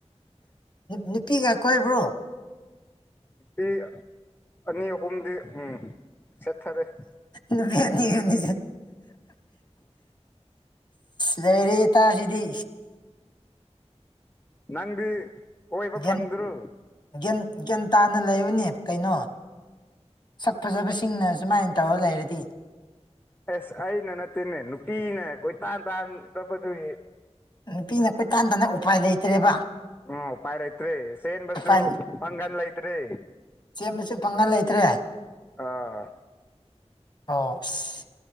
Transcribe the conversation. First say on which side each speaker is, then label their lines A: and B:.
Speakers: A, on the left (about 40°); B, on the left (about 20°).
A: ꯅꯨꯄꯤꯒ ꯀꯣꯏꯕ꯭ꯔꯣ
B: ꯅꯨꯄꯤ ꯑꯅꯤ ꯑꯍꯨꯝꯗꯤ ꯎꯝ ꯁꯦꯠꯊꯔꯦ
A: ꯅꯃꯤ ꯌꯥꯅꯤꯅꯤ ꯂꯩꯦꯔꯤ ꯇ ꯁꯤꯗꯤ
B: ꯅꯪꯗꯤ ꯀꯣꯏꯕ
A: ꯒ꯭ꯌꯥꯟ
B: ꯐꯪꯗ꯭ꯔꯣ
A: ꯒ꯭ꯌꯥꯟ ꯒ꯭ꯌꯥꯟ ꯇꯥꯅ ꯂꯩꯌꯨꯅꯦ ꯀꯩꯅꯣ ꯁꯛ ꯐꯖꯕꯁꯤꯡꯅ ꯁꯨꯃꯥꯏꯅ ꯇꯧꯔ ꯂꯩꯔꯗꯤ
B: ꯑꯦꯁ ꯑꯩꯅ ꯅꯠꯇꯦꯅꯦ ꯅꯨꯄꯤꯅꯦ ꯀꯣꯏ ꯇꯥꯟ ꯇꯥꯟꯗꯕꯗꯨꯒꯤ
A: ꯅꯨꯄꯤꯅ ꯀꯣꯏꯇꯥꯥꯟ ꯇꯅ ꯎꯄꯥꯏ ꯂꯩꯇ꯭ꯔꯦꯕ
B: ꯑꯣ ꯎꯄꯥꯏ ꯂꯩꯇ꯭ꯔꯔꯤ ꯆꯦꯟꯕꯁꯨ
A: ꯎꯄꯥꯏ
B: ꯄꯥꯡꯒꯟ ꯂꯩꯇ꯭ꯔꯤ
A: ꯆꯦꯟꯕꯁꯨ ꯄꯥꯡꯒꯜ ꯂꯩꯇ꯭ꯔꯦ
B: ꯑꯥ
A: ꯑꯣꯁ